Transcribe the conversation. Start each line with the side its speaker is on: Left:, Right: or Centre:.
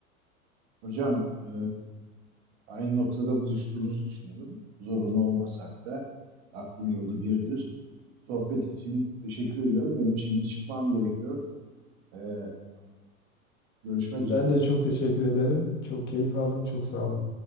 Right: Hocam e, aynı noktada buluştuğumuzu düşünüyorum. Zorunlu olmasak da aklın yolu birdir. Sohbet için teşekkür ediyorum. Benim şimdi çıkmam gerekiyor. E, e, görüşmek üzere.
Left: Ben de çok teşekkür ederim. Çok keyif aldım. Çok sağ olun.